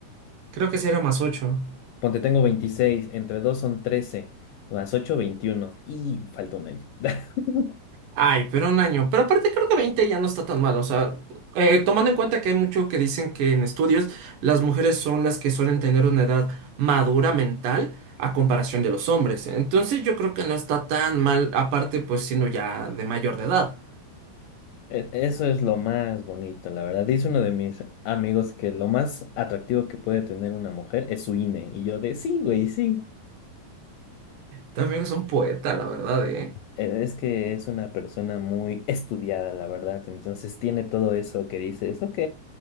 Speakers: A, on the right; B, on the left.
A: Creo que sí era más ocho.
B: Ponte, tengo 26, entre 2 son 13, más 8 21 y falta un año. <laughs>
A: Ay, pero un año. Pero aparte creo que 20 ya no está tan mal. O sea, eh, tomando en cuenta que hay mucho que dicen que en estudios las mujeres son las que suelen tener una edad madura mental a comparación de los hombres. Entonces yo creo que no está tan mal, aparte pues siendo ya de mayor de edad.
B: E- Eso es lo más bonito, la verdad. Dice uno de mis amigos que lo más atractivo que puede tener una mujer es su INE. Y yo de sí, güey, sí.
A: También es un poeta, la verdad, eh
B: E- Es que es una persona muy estudiada, la verdad. Entonces tiene todo eso que dices, ok,